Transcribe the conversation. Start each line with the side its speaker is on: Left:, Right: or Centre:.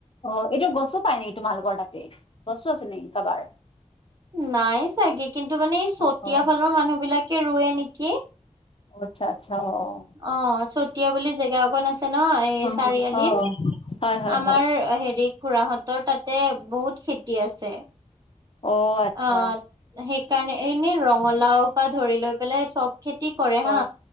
Left: অঁ এইটো গছো পাই নেকি তোমালোকৰ তাতে গছো, আছে নেকি কাবাৰ।
Right: নাই চাগে, কিন্তু মানে এই চতিয়া
Left: অ অ
Right: ফালৰ মানুহ বিলাকে ৰুৱে নেকি।
Left: অঁ আচ্ছা, আচ্ছা অঁ।
Right: অঁ, চতিয়া বুলি জেগা অকন আছে ন, এই
Left: অ
Right: চাৰিআলিত।
Left: অ হয় হয়
Right: আমাৰ
Left: হয়
Right: হেৰি খুৰাহঁতৰ তাতে বহুত খেতি আছে।
Left: অ আচ্ছা
Right: অঁ, সেইকাৰণে এনেই ৰঙালাও- পা ধৰি লৈ পেলাই চব খেতি কৰে হা
Left: অ